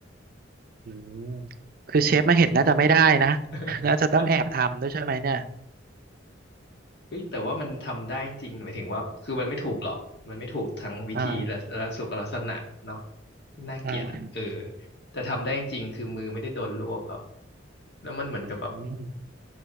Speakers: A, on the right (about 50°); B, on the left (about 60°).
A: อืมคือเชฟมาเห็นน่าจะไม่ได้นะ
B: <laughs> จุ๊บ <laughs>
A: <laughs> น่าจะต้องแอบทำด้วยใช่ไหมเนี่ย
B: เฮ้ยแต่ว่ามันทำได้จริงหมายถึงว่าคือมันไม่ถูกหรอกมันไม่ถูกทั้งวิธีและและสุขลักษณะเนาะ
A: อ่า
B: น่าเกลียดอ่ะเออ
A: อ่า
B: แต่ทำได้จริงคือมือไม่ได้โดนลวกครับแล้วมันเหมือนกับแบบ
A: อืม